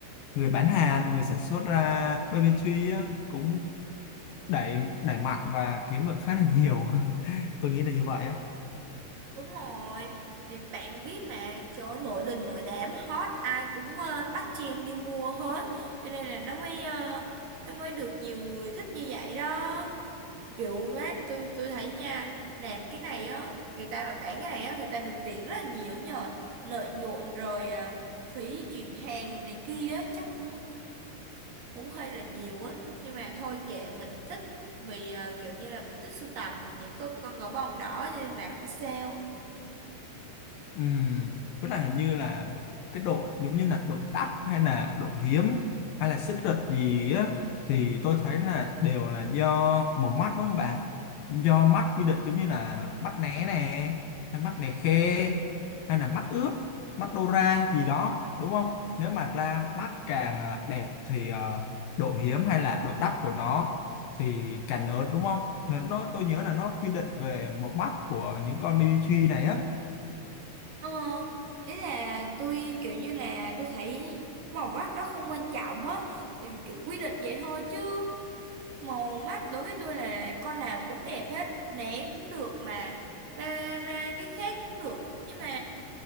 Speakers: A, on the left; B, on the right.
A: người bán hàng người sản xuất ra BBQ á, cũng đẩy đẩy mạnh và kiếm được khá là nhiều <laughs> tôi nghĩ là như vậy á
B: đúng rồi thì bạn biết mà trời ơi, nổi đình nổi đám hot ai cũng ờ, bắt chen đi mua hết cho nên là nó mới ờ, nó mới được nhiều người thích như vậy đó kiểu mát tôi tôi thấy nha làm cái này á người ta mà bán cái này á người ta được tiền rất là nhiều nhờ lợi nhuận rồi ờ, phí chuyển hàng đồ này kia á chắc cũng cũng hơi là nhiều á nhưng mà thôi kệ mình thích vì à, kiểu như là mình thích sưu tầm những con con gấu bông đỏ cho nên là không sao
A: Ừm, với lại hình như là cái độ giống như là độ đắt hay là độ hiếm hay là xích rực gì á thì tôi thấy là đều là do một mắt đúng không bạn do mắt quy định giống như là mắt né nè hay mắt này khe hay là mắt ướt mắt đô ra gì đó đúng không nếu mà ra mắt càng à, đẹp thì ờ, độ hiếm hay là độ đắt của nó thì càng lớn đúng không nên nó tôi nhớ là nó quy định về một mắt của những con baby tree này á
B: Ờ, ý là tôi kiểu như là tôi thấy màu mắt đó không quan trọng á thì kiểu quy định vậy thôi chứ màu mắt đối với tôi là con nào cũng đẹp hết né cũng được mà ra ra cái khác cũng được nhưng mà